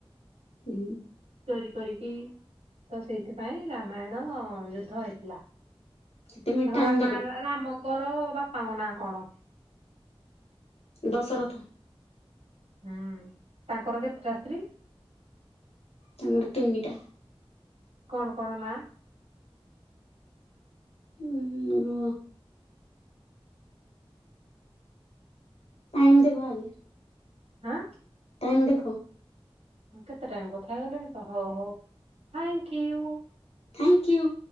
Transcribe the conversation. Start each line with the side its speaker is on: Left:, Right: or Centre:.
Left: ହୁଁ।
Right: ଚୋରି କରିକି ତ ସେଇଥିପାଇଁ ରାମାୟଣ ଯୁଦ୍ଧ ହେଇଥିଲା।
Left: କେତେ ମିନିଟ ଟାଇମ
Right: ରାମୟାଣରେ
Left: ଦେଖ
Right: ରାମଙ୍କର ବାପାଙ୍କ ନାଁ କଣ।
Left: ଦଶରଥ।
Right: ହୁଁ ତାଙ୍କର କେତେଟା ସ୍ତ୍ରୀ।
Left: ତିନୋଟି ତିନିଟା।
Right: କଣ କଣ ନାଁ।
Left: ଉଁ ରୁହ। ଟାଇମ ଦେଖ ଆଗେ।
Right: ହାଁ।
Left: ଟାଇମ୍ ଦେଖ।
Right: ହଁ କେତେ ଟାଇମ କଥା ହେଇଗଲେଣି ତ ହଉ ହଉ ଥାଙ୍କ୍ ୟୂ।
Left: Thank you.